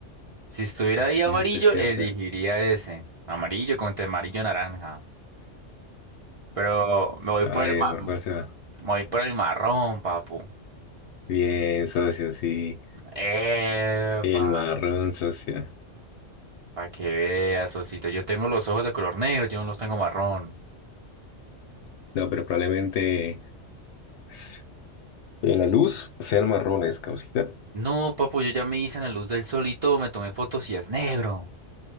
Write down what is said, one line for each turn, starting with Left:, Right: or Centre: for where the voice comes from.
Right: Si estuviera
Left: Es
Right: ahí
Left: cierto,
Right: amarillo,
Left: es cierto.
Right: elegiría ese. Amarillo contra amarillo naranja. Pero me voy
Left: A
Right: por
Left: ver,
Right: el ma-
Left: ¿por cuál se va?
Right: me voy por el marrón, papu.
Left: Bien, socio, sí.
Right: Epa,
Left: El marrón, socio.
Right: para que veas, Osito. Yo tengo los ojos de color negro, yo no los tengo marrón.
Left: No, pero probablemente. s- En la luz sean marrones, causita.
Right: No, papu, yo ya me hice en la luz del sol y todo, me tomé fotos y es negro.